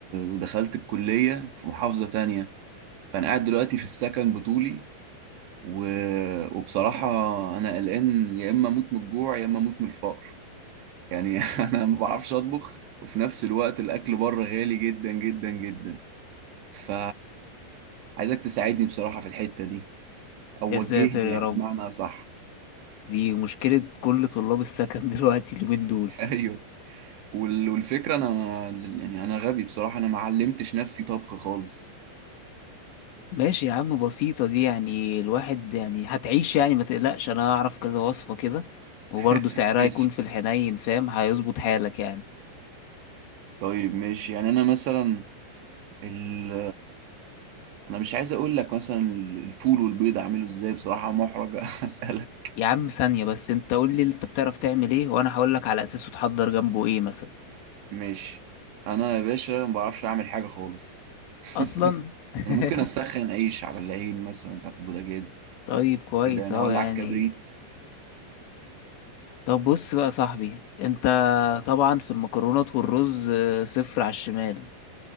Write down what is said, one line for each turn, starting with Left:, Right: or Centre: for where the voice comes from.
Right: ودخلت الكلية في محافظة تانية فانا قاعد دلوقتي في السكن بطولي و... وبصراحة انا قلقان يا اما اموت من الجوع يا اما اموت من الفقر يعني <laughs> انا ما بعرفش اطبخ وفي نفس الوقت الاكل بره غالي جدا جدا جدا ف عايزك تساعدني بصراحة في الحتة دي او
Left: يا
Right: وجهني
Left: ساتر يا
Right: يعني
Left: رب
Right: بمعنى صح
Left: دي مشكله كل طلاب السكن <laughs> دلوقتي اليومين دول
Right: <laughs> ايوه وال- والفكرة انا ما- يعني انا غبي بصراحة انا ما علمتش نفسي طبخ خالص
Left: ماشي يا عم بسيطه دي يعني الواحد يعني هتعيش يعني ما تقلقش انا هعرف كذا وصفه كده وبرضه
Right: <laughs>
Left: سعرها
Right: ماشي
Left: يكون في الحنين فاهم هيظبط حالك يعني
Right: طيب ماشي يعني انا مثلا ال... انا مش عايز اقول لك مثلا الفول والبيض اعمله ازاي بصراحة محرج <laughs> اسألك
Left: يا عم ثانية بس انت قول لي انت بتعرف تعمل ايه وانا هقول لك على اساسه تحضر جنبه ايه مثلا
Right: ماشي انا يا باشا ما بعرفش اعمل حاجة خالص <laughs>
Left: اصلا <laughs>
Right: انا ممكن اسخن عيش على العين مثلا بتاعت البوتاجاز
Left: طيب كويس
Right: كده انا
Left: اهو
Right: اولع
Left: يعني
Right: الكبريت
Left: طب بص بقى يا صاحبي انت طبعا في المكرونات والرز آه، صفر على الشمال